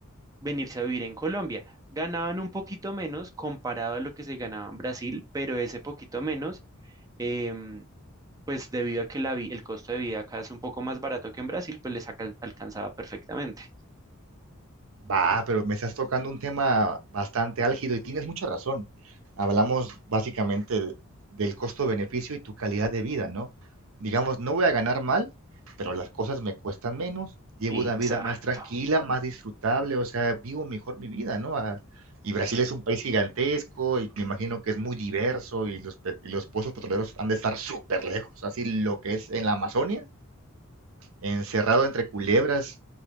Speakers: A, on the right; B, on the right.
A: venirse a vivir en Colombia. Ganaban un poquito menos comparado a lo que se ganaba en Brasil, pero ese poquito menos, em, pues debido a que la vi- el costo de vida acá es un poco más barato que en Brasil, pues les acal- alcanzaba perfectamente.
B: Va, pero me estás tocando un tema bastante álgido y tienes mucha razón. Hablamos básicamente de- del costo-beneficio y tu calidad de vida, ¿no? Digamos, no voy a ganar mal, pero las cosas me cuestan menos, llevo
A: Exacto.
B: una vida más tranquila, más disfrutable, o sea, vivo mejor mi vida, ¿no? Ah, y Brasil es un país gigantesco y me imagino que es muy diverso y los, pe- y los pozos petroleros han de estar súper lejos, así lo que es en la Amazonia encerrado entre culebras,